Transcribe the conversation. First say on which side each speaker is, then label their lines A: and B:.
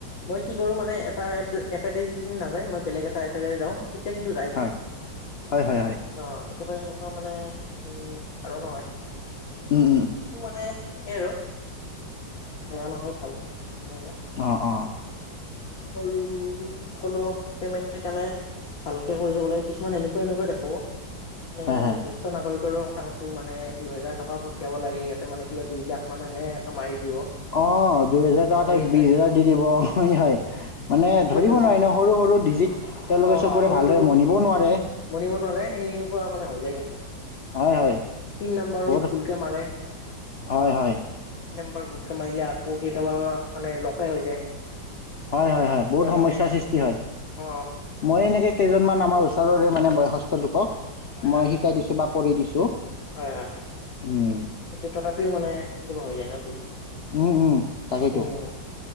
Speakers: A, on the left (about 50°); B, on the left (about 75°).
A: মই কি কৰো মানে এটা এপদি নাযায় মই বেলেগ এটা এপ যাওঁ। তেতিয়া কিন্তু যায় কিন্তু
B: হয় হয় হয় হয়
A: অ। কেতিয়াবা সেনেকুৱা মানে এই আৰু নহয়।
B: অঁ
A: এইটো মানে সেই আৰু বেয়া নহয় ভালটো। সেইকাৰণে
B: অ অ।
A: আৰু সকলো পেমেন্ট সেইকাৰণে ভালকে কৰি যাব লাগে কিছুমান এনেকুৱা এনেকুৱাই দে মানে
B: হয় হয়
A: জেষ্ঠ নাগৰিকৰো ব কথা কৈছো মানে দুহেজাৰ টকা পঠিয়াব লাগে ইয়াতে মানে কাই লাখ মানে মাৰি দিব
B: অ দুইহেজাৰ টকা
A: হয়
B: তাত
A: নে
B: বিশ হেজাৰ দি দিব অনি হয় মানে
A: সেইটোয়েতো
B: ধৰিব নোৱাৰি ন সৰু সৰু ডিজিট তেওঁলোকে
A: অ'
B: চকুৰে
A: সৰু
B: ভালদৰে
A: সৰু
B: মনিবও নোৱাৰে
A: মনিব নোৱাৰে, সেই সেনেকুৱা মানে হৈ যায় কিন্তু।
B: হয় হয়
A: পিন নাম্বাৰো
B: বহুত
A: ভুলকে মাৰে।
B: হয়, হয়।
A: ভূলকে মাৰিলে আকৌ কেতিয়াবা মানে লগাই হৈ যায়।
B: হয়, হয়, হয়।
A: এতিয়া
B: বহুত সমস্যা
A: মানে
B: সৃষ্টি হয়।
A: অ
B: মই এনেকৈ কেইজনমান আমাৰ ওচৰৰে মানে বয়সস্থ লোকক
A: হয়
B: মই
A: হয় হয়
B: শিকাই দিছোঁ বা কৰি দিছোঁ।
A: হয়, হয়, হয়।
B: উম,
A: কিন্তু, তথাপিও মানে কেতিাবা হৈ যায় ন ভুল?
B: উম, উম তাকেইতো
A: উম